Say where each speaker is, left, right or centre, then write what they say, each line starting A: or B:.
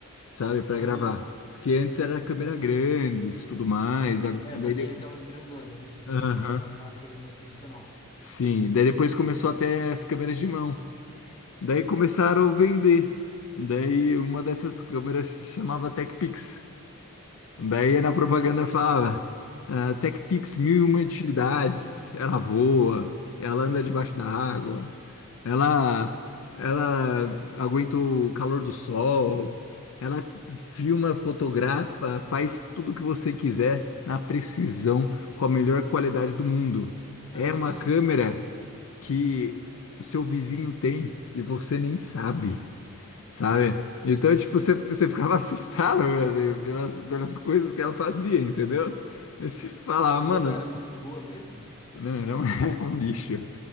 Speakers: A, on the left; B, on the left.
A: sabe, Pra
B: Aham.
A: gravar. Porque antes era câmera grandes, e tudo mais. a-
B: É,
A: Daí,
B: só
A: de-
B: tinha aquelas grandonas, né? Pra,
A: Aham.
B: tipo, pra gravar coisa mais profissional.
A: Sim, daí depois começou até as câmeras de mão. Daí começaram a vender. Daí uma dessas câmeras se chamava TechPix. Daí na propaganda falava: ah, TechPix mil e uma utilidades. Ela voa, ela anda debaixo da água, ela, ela aguenta o calor do sol, ela filma, fotografa, faz tudo o que você quiser na precisão, com a melhor qualidade do mundo.
B: <laughs>
A: É uma câmera que o seu vizinho tem e você nem sabe, sabe? Então, tipo, você, você ficava <laughs> assustado, velho, pelas, pelas coisas que ela fazia, entendeu? Daí você falava,
B: Mas
A: mano,
B: ela era muito boa mesmo?
A: não, era um, <laughs> era um lixo,